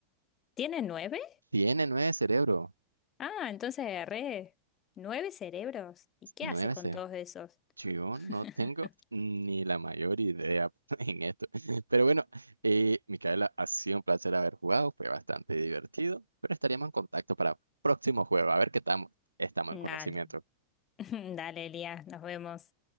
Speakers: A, on the left; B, on the right.
A: ¿Tiene nueve?
B: Tiene nueve cerebros.
A: Ah, entonces agarré nueve cerebros. ¿Y qué
B: Nueve
A: hace con
B: ce-
A: todos esos?
B: Yo
A: <laughs>
B: no tengo ni la mayor idea <laughs> en esto. Pero bueno, eh, Micaela, ha sido un placer haber jugado. Fue bastante divertido. Pero estaríamos en contacto para próximo juego. A ver qué estamos, estamos
A: Dale,
B: en conocimiento.
A: <laughs> dale, Elías, nos vemos.